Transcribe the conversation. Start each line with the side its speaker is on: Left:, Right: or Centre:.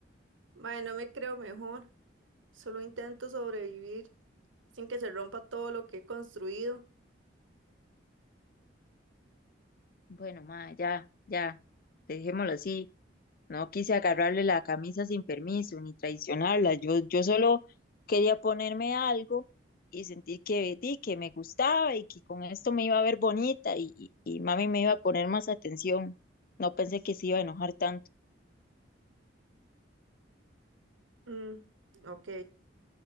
Right: Ma, no me creo mejor. Solo intento sobrevivir sin que se rompa todo lo que he construido.
Left: Bueno, ma, ya, ya, dejémoslo así. No quise agarrarle la camisa sin permiso ni traicionarla. Yo, yo solo quería ponerme algo y sentir que, di, que me gustaba y que con esto me iba a ver bonita y, y, y mami me iba a poner más atención. No pensé que se iba a enojar tanto.
Right: Mm, ok,